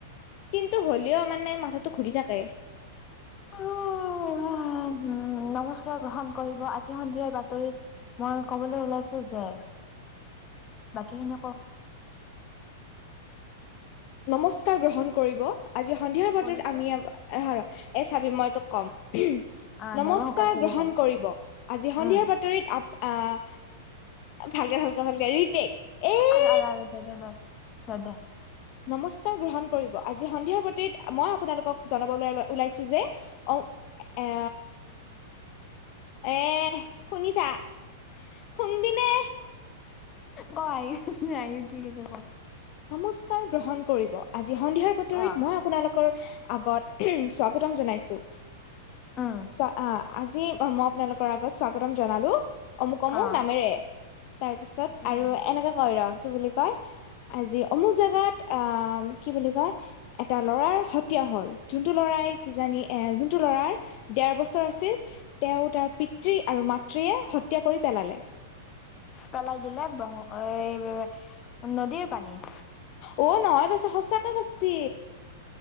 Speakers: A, on the left; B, on the left.
A: কিন্তু হ'লেও মানে মাথাটো ঘূৰি থাকে।
B: অহ', মা ', নমস্কাৰ গ্ৰহণ কৰিব আজি সন্ধিয়াৰ বাতৰিত মই কবলৈ ওলাইছো যে। বাকী এনে ক।
A: নমস্কাৰ গ্ৰহণ কৰিব। আজি সন্ধিয়াৰ বতৰত
B: কৰিছো
A: আমিৰ। এ চাবি মই তোক কম।
B: আহ
A: নমস্কাৰ
B: দে মই শুকাত ধৰি
A: গ্ৰহণ
B: যাম
A: কৰিব আজি সন্ধিয়াৰ
B: উম
A: বাতৰিত আ', আহ', ভালকে - ভালকে - ভালকে ৰিটেক এ
B: আৰু আৰু আৰু দে দে দে দে দে
A: নমস্কাৰ গ্ৰহণ কৰিব আজিৰ সন্ধিয়াৰ বাতৰিত মই আপোনালোকক জনাব ওলাইছো যে অহ ', এ এ শুনি থা শুনবিনে?
B: ক আয় যাইও ঠিক আছে ক।
A: নমস্কাৰ গ্ৰহণ কৰিব আজি আজি সন্ধিয়াৰ বাতৰিত
B: অ'
A: মই আপোনালোকৰ আগত স্বাগতম জনাইছো।
B: উম
A: চ অহ ', আজি মই আপোনালোকৰ আগত স্বাগতম জনালো। অমুক -অমুক
B: অ'
A: নামেৰে তাৰ পিছত
B: উম।
A: আৰু এনেকে কয় ৰ। কি বুলি কয়। আজি অমুক জোগাত আহ', কি বুলি কয় এটা লৰাৰ হত্যা হল যোনটো লৰাই কিজানি এ যোনটো লৰাৰ দেৰ বছৰ আছিল তেওঁ তাৰ পিতৃ আৰু মাতৃয়ে হত্যা কৰি পেলালে।
B: পেলাই দিলে ব্ৰহ নদীৰ পানীত।
A: অহ ', নহয় ব সঁচাকে কচ্ছি।